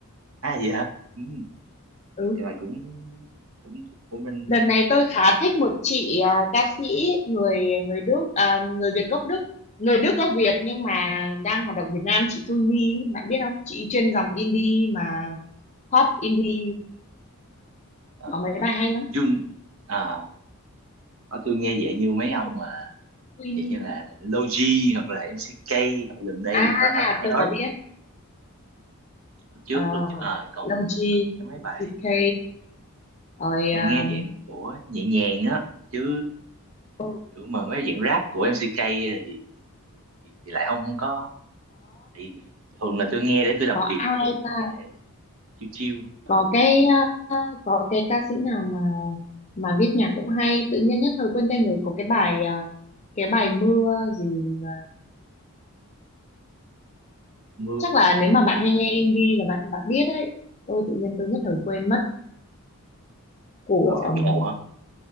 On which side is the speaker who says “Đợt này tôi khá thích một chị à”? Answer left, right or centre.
Left